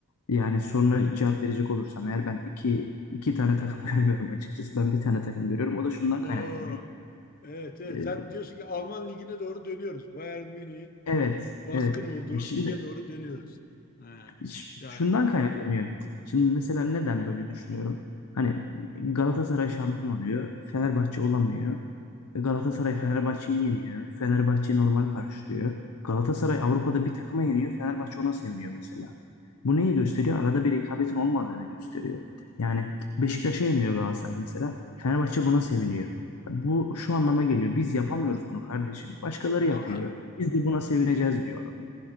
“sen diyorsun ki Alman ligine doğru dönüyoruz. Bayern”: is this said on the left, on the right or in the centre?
Left